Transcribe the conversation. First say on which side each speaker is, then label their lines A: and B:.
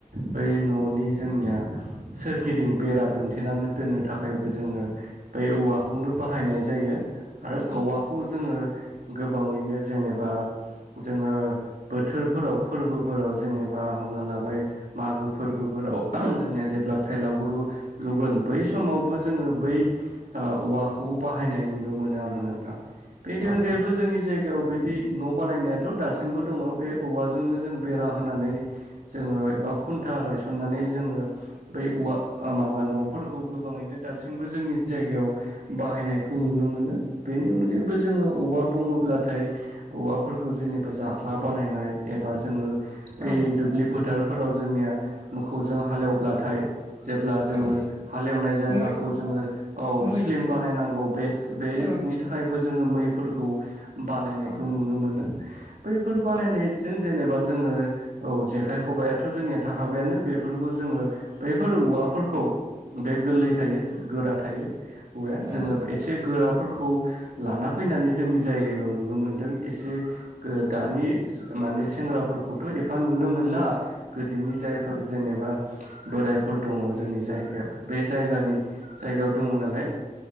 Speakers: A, on the right; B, on the right.
A: बै न'नि जोंनिया सोरगिदिं बेरा दुम दि थेनानै दोननो थाखायबो जोङो बे औवाखौनो बाहायनाय जायो आरो औवाखौ
B: औ
A: जोङो गोबाङैनो जेनेबा जोङो बोथोरफोराव फोरबोफोराव जेनेबा हमना लाबाय मागो फोरबो फोराव जोंनिया जेब्ला भेला गुरु लुगोन बै समावबो जोङो बै ओह औवा वाखौ बाहायनाय नुनो मोनो आरो नोंथां बेनि अनगायैबो
B: औ
A: जोंनि जायगायाव बिदि न' बानायनायाथ' दासिमबो दङ बे औवाजोंनो जों बेरा होनानै जोङो एबा खुनन्था गायस सन्नानै जोङो बै औवा माबा न'फोरखौ गोबाङैनो दासिमबो जोंनि जायगायाव बाहायनायखौ नुनो मोनो। बेनि अनगायैबो जोङो औवा बुङोब्लाथाय औवाफोरखौ जेनेबा जाख्ला बानायनाय एबा ज जोङो
B: औ
A: ओइ दुब्लि फोथारफोराव जोंनिया मोखौजों हालेवब्लाथाय जेब्ला जोङो
B: औ
A: हालेवनाय जायगाखौ
B: मै
A: जोङो औ
B: मै
A: स्लिम बानायनांगौ बे बे
B: ओ
A: बैयबो जोङो मैफोरखौ बानायनायखौ
B: औ
A: नुनो मोनो। बैफोर बानायनायजों
B: औ
A: जेनेबा ज जोङो औ जेखाइ खबाय आथ' जोंनिया थाखाबायानो बेफोरखौ जोङो बैफोर औवाफोरखौ बे गोरलै थायो गोरा थायो औवाया
B: औ
A: जोङो एसे गोरा फोरखौ लाना फैनानै जोंनि जायगायाव नुनो मोनदों एसे दानि माने सेंग्राफोरखौथ' एफा नुनो मोनला गोदोनि जायफोर
B: औ
A: जेनेबा बोरायफोर दङ जोंनि जायगायाव बे जायगानि जायगायाव दङ नालाय